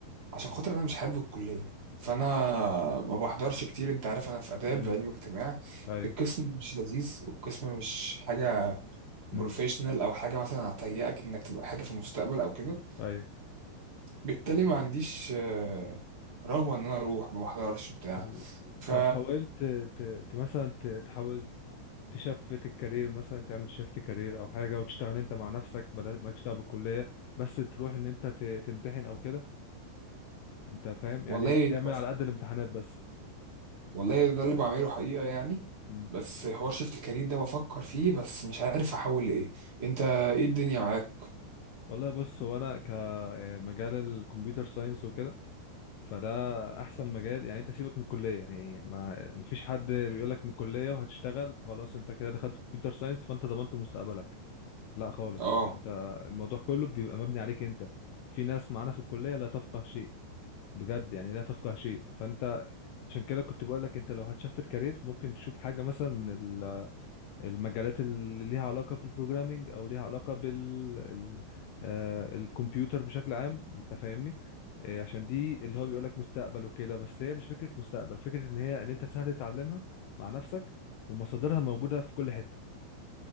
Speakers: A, on the right (about 30°); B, on the left (about 80°).
A: عشان خاطر انا مش حابب الكليه فانا ما بحضرش كتير انت عارف انا في اداب
B: امم
A: علم اجتماع
B: ايوه
A: القسم مش لذيذ والقسم مش حاجه بروفيشنال
B: امم
A: او حاجه مثلا هتهيئك انك تبقى حاجه في المستقبل او كده
B: ايوه
A: فبالتالي ما عنديش آه، رغبه ان انا اروح ما بحضرش بتاع
B: طب
A: ف
B: طب حاولت ت... ت... مثلا ت... تحاول تشفت الكارير مثلا تعمل شيفت كارير او حاجه وتشتغل انت مع نفسك بلا- مالكش دعوه بالكليه بس تروح ان انت ت... تمتحن او كده انت فاهم يعني
A: والله
B: تعمل على قد الامتحانات بس
A: والله ده اللي بعمله حقيقه يعني
B: أمم.
A: بس حوار شيفت كارير ده بفكر فيه بس مش عارف احول لايه انت ايه الدنيا معاك
B: والله بص هو انا كمجال الكمبيوتر ساينس وكده فده احسن مجال يعني انت سيبك من الكليه يعني ما مفيش حد بيقول لك من الكليه وهتشتغل فخلاص انت كده دخلت كمبيوتر ساينس فانت ضمنت مستقبلك لا خالص
A: اه
B: انت الموضوع كله بيبقى مبني عليك انت في ناس معانا في الكليه لا تفقه شيء بجد يعني لا تفقه شيء فانت عشان كده كنت بقول لك انت لو هتشفت كارير ممكن تشوف حاجه مثلا من ال- المجالات اللي ليها علاقه بالبروجرامينج او ليها علاقه بال ال- آه، الكمبيوتر بشكل عام انت فاهمني إيه، عشان دي اللي هو بيقول لك مستقبل وكده بس هي مش فكره مستقبل فكره ان هي ان انت سهل تتعلمها مع نفسك ومصادرها موجوده في كل حته